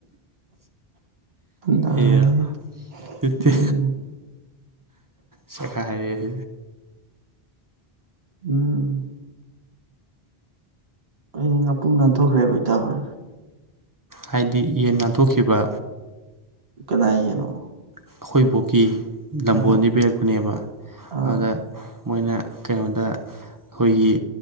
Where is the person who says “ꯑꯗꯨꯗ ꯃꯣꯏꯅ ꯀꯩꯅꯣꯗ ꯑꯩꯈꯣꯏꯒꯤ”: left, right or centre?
Right